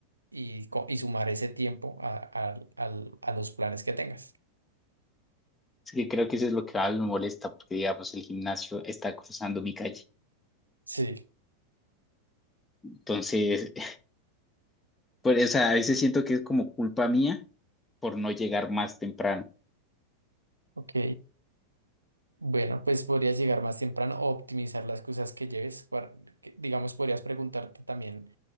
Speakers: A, on the right; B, on the left.
A: y, co- y sumar ese tiempo a, al- al- a los planes que tengas.
B: Es que creo que eso es lo que más me molesta, porque digamos, el gimnasio está cruzando mi calle.
A: Sí,
B: Entonces, <laughs> pues, o sea, a veces siento que es como culpa mía por no llegar más temprano.
A: ok. Bueno, pues podrías llegar más temprano o optimizar las cosas que lleves. par- que- digamos, podrías preguntarte también